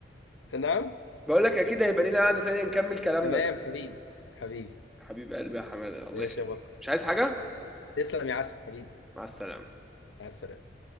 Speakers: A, on the left; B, in the centre.
A: نعم
B: بقول لك اكيد هيبقى لينا قعدة تانية نكمل كلامنا
A: تمام
B: ده
A: حبيبي حبيبي
B: حبيب قلبي يا حمادة الله
A: ماشي
B: يخليك
A: يا بطل
B: مش عايز حاجة
A: تسلم يا عسل حبيبي
B: مع السلامة
A: مع السلامه